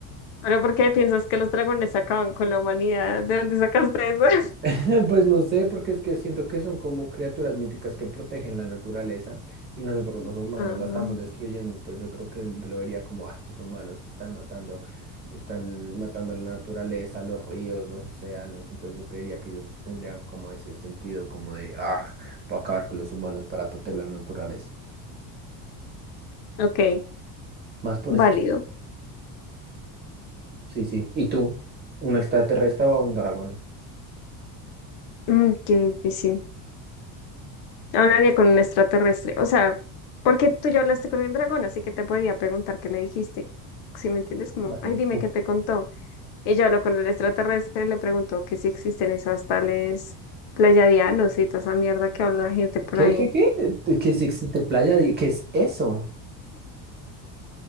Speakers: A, on the left; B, on the right.
A: Ahora, ¿por qué piensas que los dragones acaban con la humanidad? ¿De dónde sacaste eso? <laughs>
B: <laughs> Pues no sé, porque es que siento que son como criaturas míticas que protegen la naturaleza y nosotros los humanos
A: Ah,
B: la estamos destruyendo. Entonces yo creo que él lo vería como, ah, estos humanos están matando, están matando la naturaleza, los ríos, los océanos. Entonces yo creería que ellos tendrían como ese sentido como de, ah, puedo acabar con los humanos para proteger la naturaleza.
A: ok,
B: Más por
A: válido.
B: eso. Sí, sí. ¿Y tú? ¿Un extraterrestre o un dragón?
A: Mm, qué difícil. Hablaría con un extraterrestre. O sea, porque tú ya hablaste con el dragón, así que te podría preguntar qué le dijiste. Si me entiendes, como,
B: Vale.
A: ay, dime qué te contó. Ella habló con el extraterrestre y le preguntó que si existen esas tales pleiadianos y toda esa mierda que habla la gente por
B: ¿Qué,
A: ahí.
B: qué, qué? qué que es existe playa? ¿Qué es eso?